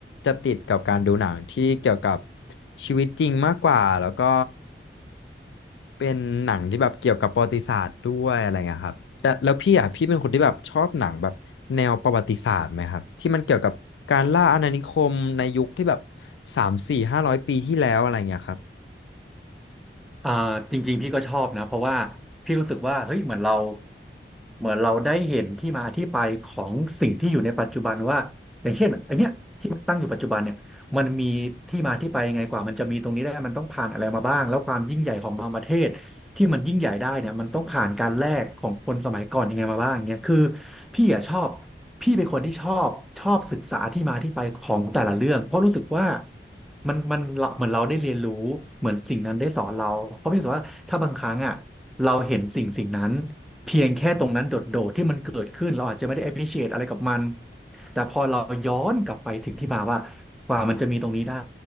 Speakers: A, on the left; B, in the centre.
A: จะติดกับการดูหนังที่เกี่ยวกับชีวิตจริงมากกว่าแล้วก็เป็นหนังที่แบบเกี่ยวกับประวัติศาสตร์ด้วยอะไรเงี้ยครับแต่แล้วพี่อ่ะพี่เป็นคนที่แบบชอบหนังแบบแนวประวัติศาสตร์ไหมครับที่มันเกี่ยวกับการล่าอาณานิคมในยุคที่แบบสามสี่ห้าร้อยปีที่แล้วอะไรเงี้ยครับ
B: อ่าจริงๆพี่ก็ชอบนะเพราะว่าพี่รู้สึกว่าเฮ้ยเหมือนเราเหมือนเราได้เห็นที่มาที่ไปของสิ่งที่อยู่ในปัจจุบันว่าอย่างเช่นไอเนี้ยที่มันตั้งอยู่ปัจจุบันเนี่ยมันมีที่มาที่ไปยังไงกว่ามันจะมีตรงนี้ได้มันต้องผ่านอะไรมาบ้างแล้วความยิ่งใหญ่ของบางประเทศที่มันยิ่งใหญ่ได้เนี่ยมันต้องผ่านการแลกของคนสมัยก่อนยังไงมาบ้างเนี่ยคือพี่อะชอบ พี่เป็นคนที่ชอบชอบศึกษาที่มาที่ไปของแต่ละเรื่องเพราะรู้สึกว่ามันมันเราเหมือนเราได้เรียนรู้เหมือนสิ่งนั้นได้สอนเราเพราะพี่รู้สึกว่าถ้าบางครั้งอ่ะเราเห็นสิ่งสิ่งนั้นเพียงแค่ตรงนั้นโดดๆที่มันเกิดขึ้นเราอาจจะไม่ได้ appreciate อะไรกับมันแต่พอเราย้อนกลับไปถึงที่มาว่ากว่ามันจะมีตรงนี้ได้